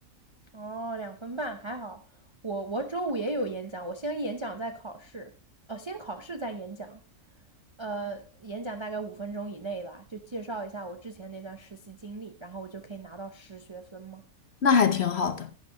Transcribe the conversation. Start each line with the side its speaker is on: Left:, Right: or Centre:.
Right: 哦，两分半还好。我我周五也有演讲，我先演讲再考试。哦，先考试再演讲。呃，演讲大概五分钟以内吧，就介绍一下我之前那段实习经历，然后我就可以拿到实学分吗？
Left: 那还挺好的。